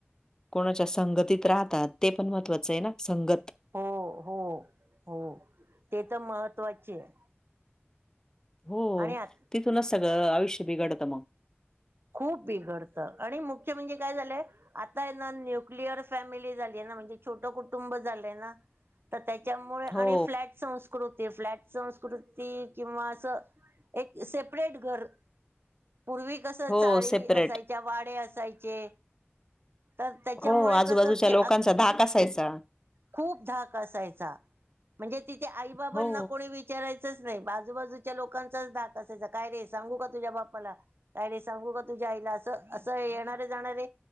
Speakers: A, on the left; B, on the right.
A: कोणाच्या संगतीत राहतात, ते पण महत्त्वाचं आहे ना. संगत.
B: हो हो हो. ते तर महत्त्वाची ये.
A: हो
B: आणि आत
A: तिथूनच सगळं आयुष्य बिघडतं मग.
B: खूप बिघडत आणि मुख्य म्हणजे काय झालंय? आताय ना न्युक्लियर फॅमिली झाली आहे ना. म्हणजे छोट कुटुंब झालय ना. तर त्याच्यामुळे, आणि
A: हो,
B: फ्लॅट संस् संस्कृती, फ्लॅट संस्कृती किंवा अस एक सेपरेट घर पूर्वी कस
A: हो
B: चाळी
A: सेपरेट.
B: असायच्या. वाडे असायचे. तर त्याच्यामुळे
A: हो आजूबाजूच्या
B: कसं की
A: लोकांचा धाक असायचा.
B: खूप धाक असायचा. म्हणजे तिथे आई बाबांना
A: हो.
B: कोणी विच विचारायच नाही. आजूबाजूच्या लोकांचाच धाक असायचा. काय रे सांगू का तुझ्या बापाला. काय रे, सांगू का तुझ्या आईला. अस अस येणारे जाणारे